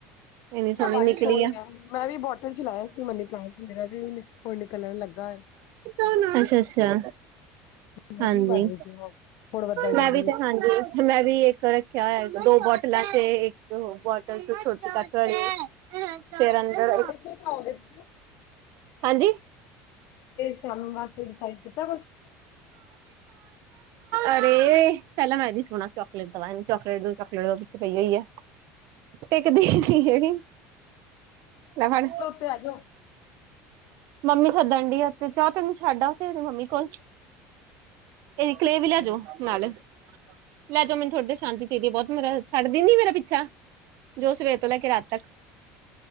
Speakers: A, on the right (about 65°); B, on the left (about 65°).
A: ਇੰਨੀ ਸੋਹਣੀ
B: ਆ ਬਾਰਿਸ਼
A: ਨਿਕਲੀ
B: ਹੋ ਰਹੀ
A: ਆ।
B: ਮੈਂ ਵੀ ਬੋਟਲ ਚਲਾਇਆ ਸੀ। ਮਨੀ ਪਲਾਂਟ ਮੇਰਾ ਵੀ ਹੁਣ ਨਿਕਲਣ ਲੱਗਾ ਐ।
A: ਅੱਛਾ-ਅੱਛਾ
B: ਮੌਸਮੀ
A: ਹਾਂਜੀ,
B: ਵੱਧ ਰਹੀ ਸੀ ਹੁਣ ਹੁਣ ਵੱਧਣ ਲੱਗੀ
A: ਮੈਂ ਵੀ ਤੇ ਹਾਂਜੀ ਮੈਂ ਵੀ ਇੱਕ ਰੱਖਿਆ ਹੋਇਆ‌। ਦੋ ਬੋਤਲਾਂ ਤੇ ਇੱਕ ਬੋਟਲ ਛੋਟੇ ਕੱਪ ਵਾਲੀ ਫਿਰ ਅੰਦਰ
B: ਤੇ ਕੱਪੜੇ <unintelligible>
A: ਹਾਂਜੀ।
B: ਸ਼ਾਮੀ ਵਾਸਤੇ ਬਾਈ ਕੀਤਾ ਕੁਛ।
A: ਅਰੇ ਪਹਿਲਾਂ ਮੈਂ ਇਦੀ ਸੁਣਾ ਚੋਕਲੇਟ ਦਾ ਵ ਚੋਕਲੇਟ ਤੋਂ ਚੋਕਲੇਟ ਤੋਂ ਪਿੱਛੇ ਪਈ ਹੋਈ ਐ।
B: <inaudible>
A: ਟਿਕ ਦੀ ਹੈਗੀ, ਲੈਣ ਫੜ।
B: ਉੱਤੇ‌ ਆ ਜੋ।
A: ਮੰਮੀ ਸੱਦਣ ਡਈ ਆ ਤੇ ਚਾਹ ਤੈਨੂੰ ਛੱਡ ਆ ਤੇਰੀ ਮੰਮੀ ਕੋਲ। ਇਹ ਦੀ ਕਲੇ ਵੀ ਲੈਜੋ ਨਾਲ। ਲੈ ਜਾਓ। ਮੈਨੂੰ ਥੋਹਾੜੀ ਦੇਰ ਸ਼ਾਂਤੀ ਚਾਹੀਦੀ, ਬਹੁਤ ਮੇਰਾ ਛੱਡਦੀ ਨੀ ਮੇਰਾ ਪਿੱਛਾ। ਸਵੇਰ ਲੈ ਕੇ ਰਾਤ ਤੱਕ,